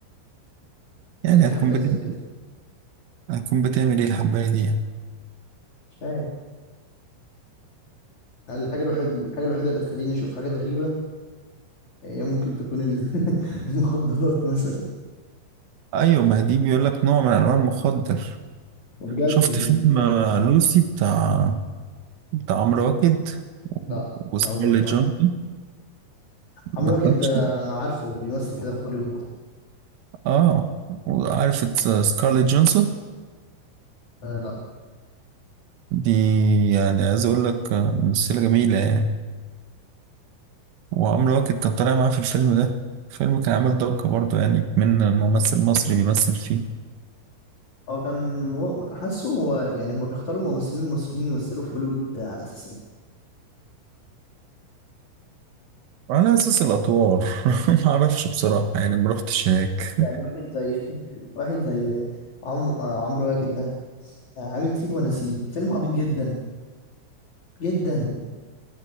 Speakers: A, on the left (about 35°); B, on the right (about 75°).
A: قال
B: يعني
A: لك في
B: هتكون
A: حبة
B: بت...
A: زي كده
B: هتكون بتعمل ايه الحبايه دي يعني
A: مش عارف قال الحاجة الوحيدة الحاجة الوحيدة اللي تخليني أشوف حاجات غريبة هي ممكن تكون ال- <laughs> المخدرات مثلا
B: ايوه ما دي بيقول لك نوع من انواع المخدر
A: وبجد
B: شفت
A: ال-
B: فيلم
A: لا
B: آه، لوسي بتاع بتاع عمرو واكد
A: لا
B: وسكارليت
A: لا، أول مرة أسمع
B: جونسون
A: عنه عمرو
B: ما
A: واكد
B: كانتش
A: ده أنا عارفه بيمثل كده في هوليوود
B: اه وعارف اتس- سكارليت جونسون
A: آه لا
B: دي يعني عايز اقول لك آه، ممثلة جميلة يعني وعمرو واكد كان طالع معاه في الفيلم ده الفيلم كان عامل ضجة برضه يعني من ممثل مصري بيمثل فيه
A: هو كان مو- حاسه هو يعني هما بيختاروا الممثلين المصريين يمثلوا في هوليوود على أساس إيه؟
B: وعلى اساس الادوار ما اعرفش <laughs> بصراحة يعني ما رحتش هناك
A: يعني واحد زي <laughs> واحد زي عم... آه، عمرو واكد ده آه، عامل سيب ونسيب فيلم عبيط جدا جدا